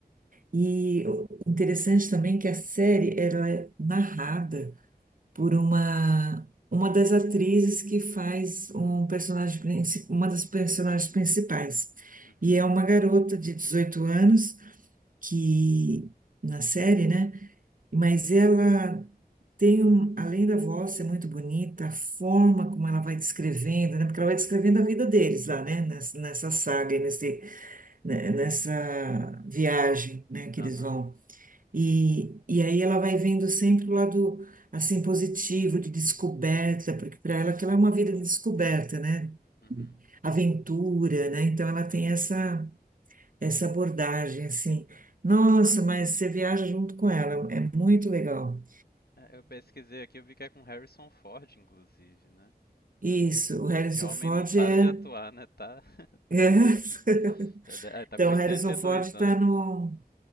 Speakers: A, on the right; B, on the left.
A: E o interessante também é que a série ela é narrada por uma uma das atrizes que faz um personagem princi- uma das personagens principais.
B: uhum.
A: E é uma garota de 18 anos que na série, né? Mas ela Tem um, além da voz ser muito bonita, a forma como ela vai descrevendo, né? Porque ela vai descrevendo a vida deles lá, né? Nessa, nessa saga, e nesse, né? nessa viagem, né? Que
B: Aham,
A: eles vão. E, e aí ela vai vendo sempre o lado, assim, positivo, de descoberta, porque para ela aquilo é uma vida de descoberta, né?
B: uhum.
A: Aventura, né? Então ela tem essa, essa abordagem, assim. Nossa, mas você viaja junto com ela, é muito legal.
B: É, eu pesquisei aqui, eu vi que é com Harrison Ford, inclusive, né?
A: Isso, o
B: Esse
A: Harrison
B: homem
A: Ford
B: não para
A: é.
B: de atuar, né? Tá,
A: é. <laughs>
B: <laughs> já de- é, tá
A: Então,
B: com 82
A: o Harrison Ford está
B: anos.
A: no,